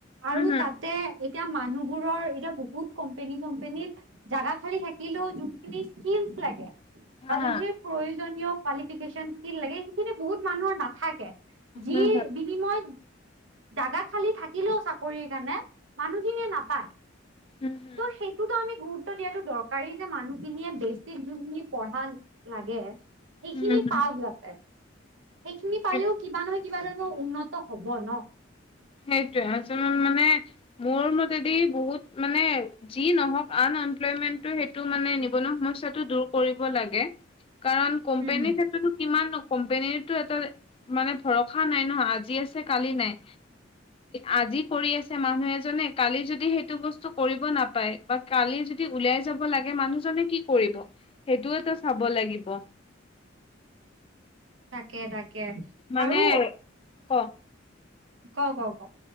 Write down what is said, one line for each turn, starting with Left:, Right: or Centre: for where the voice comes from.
Right: আৰু
Left: উম হম
Right: তাতে এতিয়া মানুহবোৰৰ এতিয়া বহুত, কম্পেনী চম্পেনী জাগা খালী থাকিলেও যোনখিনি স্কিল লাগে বা
Left: হা হা
Right: যোনখিনি প্ৰয়োজনীয় কোৱালিফকেশন স্কীল লাগে সেইখিনি বহুত মানুহৰ নাথাকে। যি
Left: উম হম
Right: বিনিময় জাগা খালি থাকিলেও চাকৰিৰ কাৰণে মানুহখিনিয়ে নাপায়।
Left: উম হম
Right: ত' সেইটোটো আমি গুৰুত্ব গুৰুত্ব দিয়াটো দৰকাৰী যে মানুহখিনিয়ে বেচিক যোনখিনি পঢ়া লাগে। সেইখিনি
Left: উম হম
Right: পাওক যাতে। সেইখিনি পালেও
Left: সেই
Right: কিবা নহয় কিবা এ উন্নত হব ন।
Left: সেইটোয়ে আচল মানে মোৰ মতেদি বহুত মানে যি নহওক আন এমপ্লয়মেন্টটো সেইটো মানে নিবনুৱা সমস্যাটো দূৰ কৰিব লাগে। কাৰণ কম্পেনী
Right: উম হুম
Left: চে কিমান কোম্পনীৰতো এটা মানে ভৰসা নাই ন আজি আছে কালি নাই। আজি কৰি আছে মানুহ এজনে কালি যদি সেইটো বস্তু কৰিব নাপায় বা, কালি যদি উওলাই যাব লাগে মানুহজনে কি কৰিব সেইটোয় তো চাব লাগিব।
Right: তাকে তাকে
Left: মানে
Right: আৰু
Left: ক?
Right: ক ক ক?